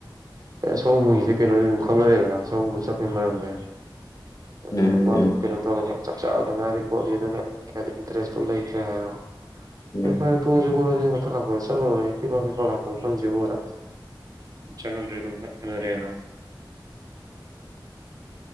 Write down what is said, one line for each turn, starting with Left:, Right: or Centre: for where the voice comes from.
Right: ꯁꯣꯝꯕꯨꯡꯁꯤꯗꯤ ꯀꯩꯅꯣꯗꯤ ꯑꯗꯨꯝ ꯈꯪꯅꯔꯦꯗꯅ ꯁꯣꯝꯕꯨꯡ ꯆꯠꯄꯒꯤ ꯃꯔꯝꯗꯤ꯫ ꯑꯗꯨꯅ
Left: ꯎꯝ
Right: ꯃꯥꯗꯨ
Left: ꯎꯝ
Right: ꯀꯩꯅꯣ ꯇꯧꯔꯒ ꯆꯥꯛꯆꯥꯗ ꯉꯥꯏꯔꯤ ꯈꯣꯠꯂꯤ ꯑꯗꯨꯅ꯫ ꯏꯟꯇꯔꯦꯁ ꯂꯩ꯫ <unintelligible>
Left: ꯎꯝ
Right: ꯑꯦ ꯐꯔꯦ ꯇꯣꯛꯑꯁꯤ ꯈꫭꯠꯂꯁꯤ꯫ <unintelligible> ꯄꯤꯠꯄꯥ ꯄꯤꯠꯄꯥ ꯂꯥꯛꯄ ꯃꯐꯝꯁꯤꯕꯨꯅ꯫ ꯆꯪꯉꯝꯗ꯭ꯔꯦ ꯑꯗꯨꯝ ꯍꯟꯅꯔꯛꯑꯦꯅ꯫